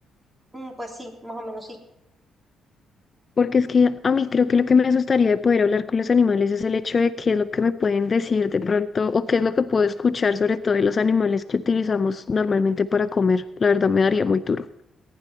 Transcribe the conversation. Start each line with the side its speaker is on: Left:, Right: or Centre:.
Right: mm, pues sí, más o menos sí.
Left: Porque es que a mí creo que lo que me asustaría de poder hablar con los animales es el hecho de qué es lo que me pueden decir de pronto o qué es lo que puedo escuchar sobre todo de los animales que utilizamos normalmente para comer. La verdad me daría muy duro.